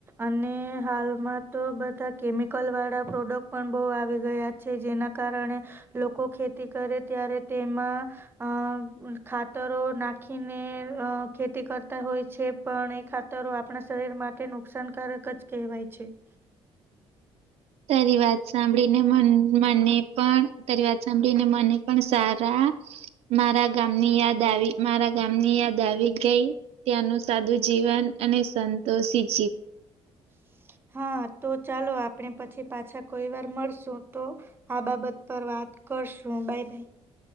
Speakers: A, on the right (about 20°); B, on the right (about 70°).
A: અને હાલમાં તો બધા કેમિકલ વાળા પ્રોડક્ટ પણ બહુ આવી ગયા છે જેના કારણે લોકો ખેતી કરે ત્યારે તેમાં અ ખાતરો નાખીને ખેતી કરતા હોય છે પણ એ ખાતરો આપણા શરીર માટે નુકસાનકારક જ કહેવાય છે <inaudible>
B: તારી વાત સાંભળીને મ મને પણ તારી વાત સાંભળીને મને પણ સારા મારા ગામની યાદ આવી મારા ગામની યાદ આવી ગઈ ત્યાંનું સાદું જીવન અને સંતોષિત
A: <inaudible> હા તો ચાલો આપણે પછી પાછા કોઈ વાર મળશું તો આ બાબત પર વાત કરશું બાાય બાાય